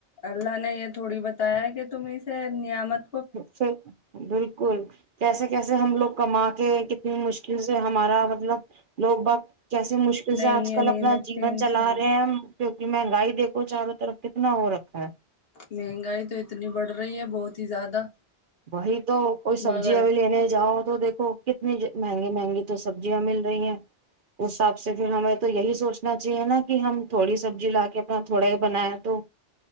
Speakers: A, on the left; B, on the right.
A: اللہ نے یہ تھوڑی بتایا کہ تم س نعامت
B: <unintelligible> بالکل کیسے کیسے ہم لوگ کما کے کتنی مشکل سے ہمارا مطلب لوگ بت کیسے مشکل
A: نہیں
B: سے آج
A: یہ
B: کل
A: نہیں
B: اپنا
A: دیکھتے
B: جیون
A: انسان
B: چلا رہے ہیں ہم کیونکہ مہنگائی دیکھو چاروں طرف کتنا وہ رکھا ہے
A: مہنگائی تو اتنی بڑھ رہی ہے بہت ہی زیادہ
B: وہی تو کوئی سبزی
A: مگر
B: ا لینے جاؤ تو دیکھو مہنگے مہنگی تو سبزیاں مل رہی ہیں اس حساب سے پھر ہمیں تو یہی سوچنا چاہیے نا کہ ہم تھوڑی سبزی لا کے اپنا تھوڑا ہی بنایا تو